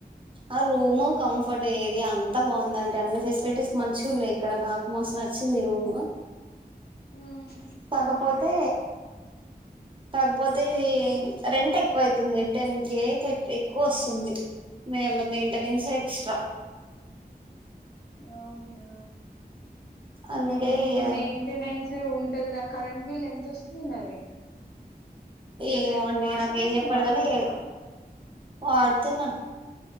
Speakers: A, on the right; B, on the left.
A: ఆ రూమ్ కంఫర్ట్ ఏరియా అంతా బాగుందింటే అన్ని ఫెసిలిటీస్ మంచి ఉన్నాయి ఇక్కడ నాకు మస్త్ నచ్చింది రూమ్
B: ఉమ్
A: కాకపోతే కాకపోతే ఈ రెంట్ ఎక్కువైత్ టెన్ కే ఎక్కువ వస్తుంది మేళ మెయింటెనెన్స్ ఏ ఎక్స్ట్రా
B: అవునా
A: అందుకే
B: ఉమ్ హు
A: ఇగ
B: మెయింటెనెన్ చే ఉన్ ఏదేనా కరెంట్ బిల్ ఎంత వస్తుంది మరి ఇంకా
A: ఏమో
B: నే
A: అండి
B: వాషింగ్
A: నాకేం
B: మిషిన్
A: చెప్పాడు
B: వాడుతున్నావా
A: గాని వాడుతున్నా